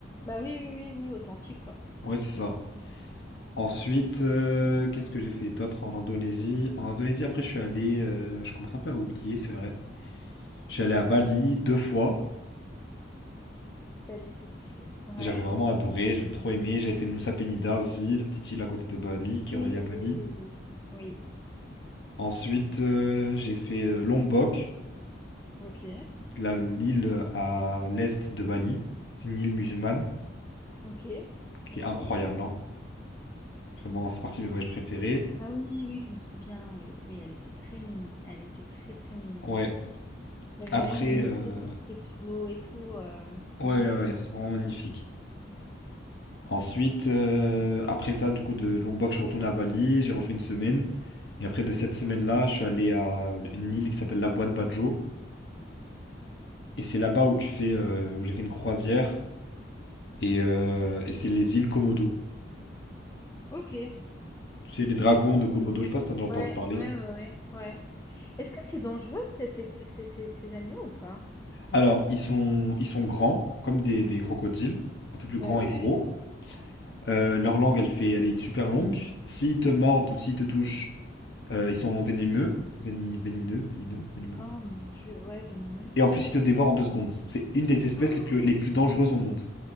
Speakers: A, on the left (about 15°); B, on the left (about 65°).
A: Bah oui, oui, oui, oui, authentique quoi.
B: Ouais, c'est ça. Ensuite, euh, qu'est-ce que j'ai fait d'autre en Indonésie? En Indonésie, après, je suis allé, euh, je commence un peu à oublier, c'est vrai. Je suis allé à Bali deux fois.
A: Bah, c'est stylé. Ouais.
B: J'avais vraiment adoré, j'avais trop aimé. J'avais fait Nusa Penida aussi, la petite île à côté de Bali qui
A: Oui,
B: est reliée à Bali.
A: oui, oui. oui. Oui.
B: Ensuite, euh, j'ai fait euh, Lombok,
A: Ok.
B: la- l'île à l'est de Bali. C'est une île musulmane.
A: Ok. Trop
B: qui est
A: chou.
B: incroyable, hein. Vraiment, c'est partie de mes voyages préférés.
A: Ah oui, oui, oui, je me souviens, oui, oui, elle était très mimi. Elle était très, très mimi.
B: Ouais.
A: Il y avait
B: Après,
A: même une mosquée
B: euh,
A: construite sur l'eau et tout, euh,
B: ouais,
A: une
B: ouais,
A: mini-mosquée.
B: ouais, c'est vraiment magnifique. Ensuite, euh, après ça, du coup, de Lombok, je suis retourné à Bali, j'ai refait une semaine. Et après, de cette semaine-là, je suis allé à une île qui s'appelle Labuan Bajo. Et c'est là-bas où tu fais, euh, où j'ai fait une croisière. Et, euh, et c'est les îles Komodo.
A: Ok. Ouais,
B: C'est les dragons de Komodo, je sais pas si t'as déjà entendu
A: ouais,
B: parler.
A: ouais, ouais. ouais. Est-ce que c'est dangereux cette espèce, ces, ces- ces agneaux ou pas?
B: Alors, ils sont, ils sont grands, comme des, des crocodiles, un peu plus grands
A: Bah oui,
B: et
A: oui.
B: gros. Euh, leur langue, elle fait, elle est super longue. S'ils te mordent ou s'ils te touchent, euh, ils sont venimeux, Veni- vénineux, vénineux, venimeux.
A: Oh mon Dieu, ouais, venimeux.
B: Et en plus, ils te dévorent en deux secondes. C'est une des espèces
A: Ah,
B: les plus, les plus dangereuses au monde.